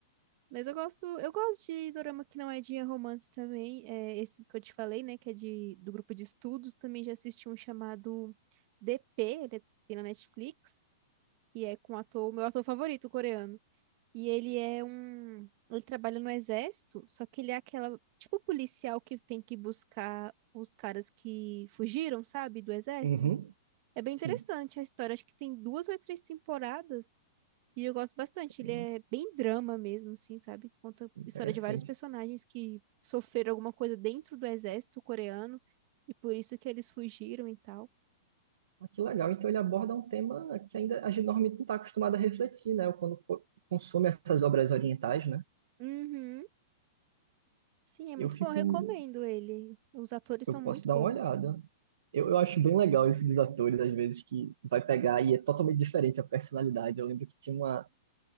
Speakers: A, on the right; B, on the right.
A: Mas eu gosto, eu gosto de dorama que não é de romance também. É esse que eu te falei, né? Que é de, do grupo de estudos. Também já assisti um chamado DP, ele tem na Netflix, que é com o ator, meu ator favorito, coreano. E ele é um. Ele trabalha no exército, só que ele é aquela, tipo, policial que tem que buscar os caras que fugiram, sabe, do exército.
B: Uhum.
A: É bem
B: Sim,
A: interessante a história. Acho que tem duas ou três temporadas. E eu gosto bastante.
B: Nossa,
A: Ele é bem drama mesmo, assim, sabe? Conta
B: interessante.
A: história de vários personagens que sofreram alguma coisa dentro do exército coreano e por isso que eles fugiram e tal.
B: Ah, que legal. Então ele aborda um tema que ainda a gente normalmente não está acostumado a refletir, né? Quando co- consome essas obras orientais, né?
A: Uhum. Sim, é muito
B: Eu fico,
A: bom. Eu recomendo ele. Os atores
B: eu
A: são muito
B: posso dar
A: bons.
B: uma olhada. Eu, eu acho bem legal isso dos atores, às vezes, que vai pegar e é totalmente diferente a personalidade. Eu lembro que tinha uma.